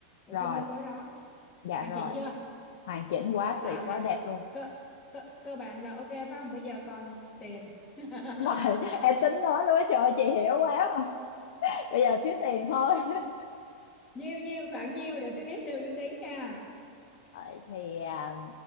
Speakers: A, on the left; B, on the left.
A: bổ
B: rồi
A: sung vô tối đó
B: dạ
A: hoàn
B: rồi
A: chỉnh chưa
B: hoàn chỉnh quá
A: là
B: tuyệt
A: là
B: quá đẹp luôn
A: cơ cơ cơ bản là ok phải không bây giờ còn tiền <laughs>
B: đúng rồi <laughs> em tính nói luôn á trời ơi, chị hiểu quá mà. <laughs> bây giờ thiếu tiền thôi <laughs>
A: nhiêu nhiêu khoảng nhiêu để tôi biết đường tôi tính nè
B: Ờ, thì à,